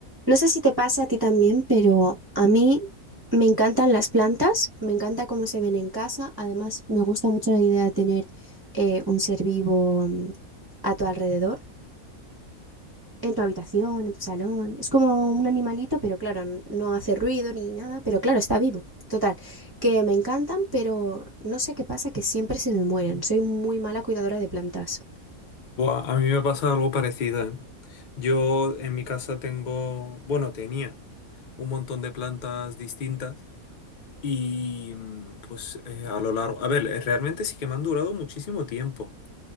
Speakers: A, on the right; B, on the left.
A: No sé si te pasa a ti también, pero a mí me encantan las plantas, me encanta cómo se ven en casa. Además, me gusta mucho la idea de tener eh, un ser vivo mm, a tu alrededor, en tu habitación, en tu salón. Es como un animalito, pero claro, n- no hace ruido ni nada, pero claro, está vivo. Total, que me encantan, pero no sé qué pasa, que siempre se me mueren. Soy muy mala cuidadora de plantas.
B: Buah, a mí me pasa algo parecido, ¿eh? Yo en mi casa tengo, bueno, tenía un montón de plantas distintas y mm, pues eh, a lo largo, a ver, eh, realmente sí que me han durado muchísimo tiempo,